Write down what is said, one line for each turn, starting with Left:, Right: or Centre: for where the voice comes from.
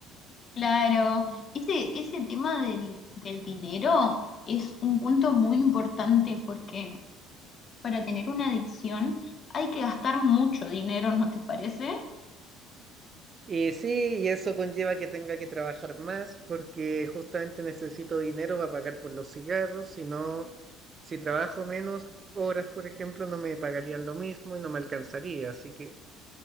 Left: Claro, ese, ese tema del, del dinero es un punto muy importante porque para tener una adicción hay que gastar mucho dinero, ¿no te parece?
Right: Y sí, y eso conlleva que tenga que trabajar más porque justamente necesito dinero para pagar por los cigarros, si no, si trabajo menos horas, por ejemplo, no me pagarían lo mismo y no me alcanzaría. Así que